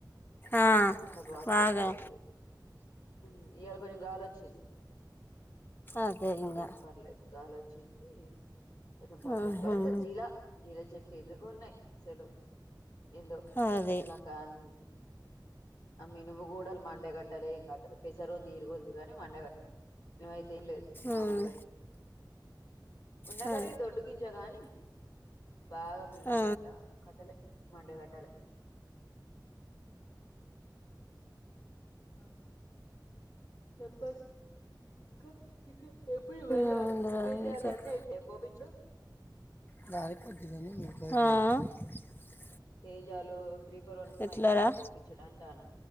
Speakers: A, on the left; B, on the left.
A: ఆ,
B: ఎండ బాగ
A: బాగా
B: గొట్టింది. హ్ ఇయాళ కొంచెం గాలి వచ్చింది.
A: అదే
B: ఇయాలా
A: ఇంకా
B: కొంచెం పర్లేదు గాలి చ్చింది కొంచెం పల్చగా
A: ఉహుం.
B: గది అంతా జిలా జిలా చె ఇరుగున్నయి అసలు ఎందో
A: అదే
B: అసలాకాని ఆ మినువు కూడా మండే కట్టలె ఏం కట్టలె. పెసరు ఓ తీరుగుంది కాని మండే క మేంఅయితే ఏం లేదు మామూలు
A: ఉమ్.
B: గనె ఉన్న
A: అదే
B: కాడికి దొడ్డు గింజ కాని బాగా మినుము
A: ఆ,
B: ఇట్లా కట్టలే మండే కట్టలె. ఆ చెప్పు <unintelligible>
A: ఏముందిరా ఇది చెప్పు. అ
B: తేజాలు త్రీ ఫోర్ వన్ మొత్తం
A: ఎట్లారా
B: అయిపోయిందా కోపిచ్చడ అంటా అనా